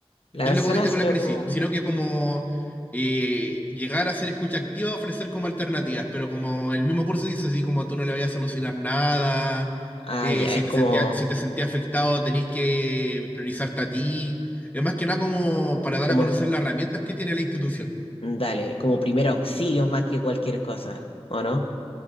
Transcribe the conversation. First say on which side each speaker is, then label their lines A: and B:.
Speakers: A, on the left; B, on the left.
A: la
B: el
A: persona,
B: loco que esté
A: sino
B: con la crisis,
A: como.
B: sino que como eh, llegar a ser escucha activa, ofrecer como alternativas, pero como el mismo curso dice, así como tú no le vayas a solucionar nada,
A: Ah,
B: eh,
A: ya,
B: si
A: es
B: te
A: como,
B: sentías, si te sentías afectado tenés que priorizarte a ti, es más que nada como para dar
A: como.
B: a conocer
A: co-
B: las herramientas que tiene la institución.
A: Dale, como primer auxilio más que cualquier cosa, ¿o no?